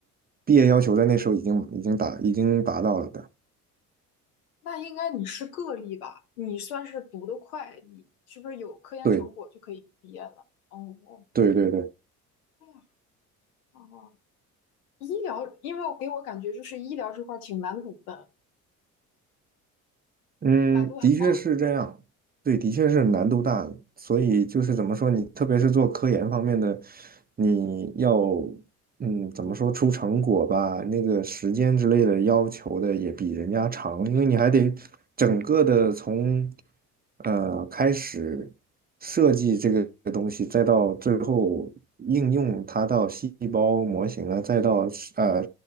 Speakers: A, on the right (about 20°); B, on the left (about 75°).
A: 毕业要求在那时候已经已经达已经达到了的。
B: 那应该你是个例吧？你算是读得快，你是不是有科研成果就可以毕业了？
A: 对
B: 哦，
A: 对对对。
B: 对呀，哦，医疗，因为我给我感觉就是医疗这块儿挺难读的，
A: 嗯，
B: 难度很大。
A: 的确是这样，对，的确是难度大，所以就是怎么说，你特别是做科研方面的，你要嗯，怎么说出成果吧，那个时间之类的要求的也比人家长，因为你还得整个的从呃开始设计这个东西，再到最后应用它到细胞模型啊，再到呃